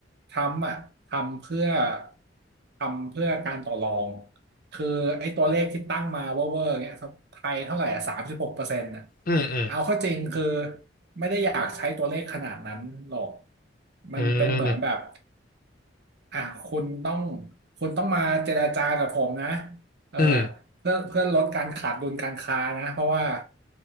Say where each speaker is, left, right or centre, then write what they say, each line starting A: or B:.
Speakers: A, on the right; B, on the left.
A: ทรัมป์อ่ะทำเพื่อทำเพื่อการต่อรองคือไอ้ตัวเลขที่ตั้งมาเวอร์เวอร์เงี้ยไทยเท่าไหร่อ่ะสามสิบหกเปอร์เซ็นต์่ะ
B: อืมอืม
A: เอาเข้าจริงคือไม่ได้อยากใช้ตัวเลขขนาดนั้นหรอกมันเป็นเหมือนแบบ
B: อืม
A: อ่ะคุณต้องคุณต้องมาเจรจากับผมนะเออ
B: อืม
A: เพื่อเพื่อลดการขาดดุลการค้านะเพราะว่า